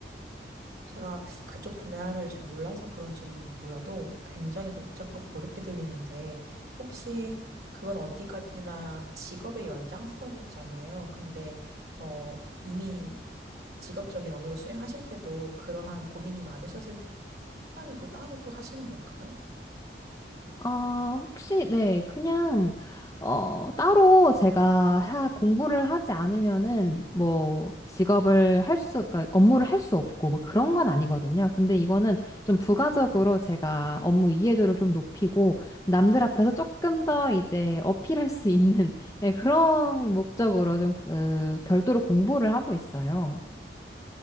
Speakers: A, on the right (about 65°); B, on the left (about 15°).
A: 제가 그쪽 분야를 잘 몰라서 그런지는 몰라도 굉장히 복잡하고 어렵게 들리는데 혹시 그건 어디까지나 직업의 연장선이잖아요. 근데 어 이미 직업적인 업무를 수행하실 때도 그러한 고민이 많으셨을 때 시간에도 따로 또 하시는 걸까요?
B: 아, 혹시, 네, 그냥, 어, 따로 제가 하, 공부를 하지 않으면은, 뭐, 직업을 할 수, 그러니까 업무를 할 수 없고, 뭐 그런 건 아니거든요. 근데 이거는 좀 부가적으로 제가 업무 이해도를 좀 높이고, 남들 앞에서 조금 더 이제 어필할 수 있는, 예, 그런 목적으로 좀, 그, 별도로 공부를 하고 있어요.